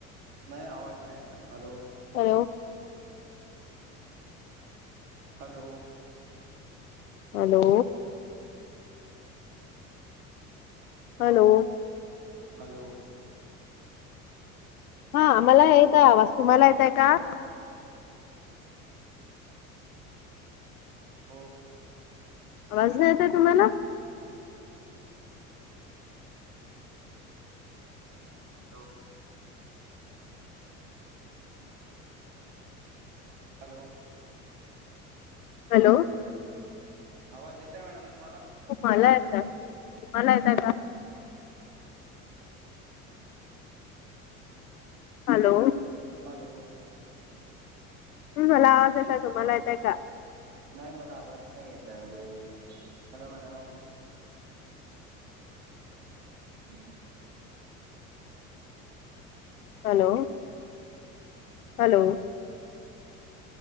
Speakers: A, on the right (about 60°); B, on the left (about 75°).
A: नाही आवाज नाही येत ना hello
B: hello
A: hello
B: hello hello.
A: Hello.
B: हा मला येत आहे आवाज तुम्हाला येत आहे का
A: हो
B: आवाज नाई येत आहे तुम्हाला
A: हॅलो हॅलो.
B: हॅलो.
A: आवाज येतय मॅडम तुम्हाला
B: तुम्हाला येतय तुम्हाला यत का? हॅलो
A: हॅलो
B: मला आवाज येत तुम्हाला येतय का?
A: नाही मला आवाज नाही येत आहे hello hello madam <inaudible>
B: hello, hello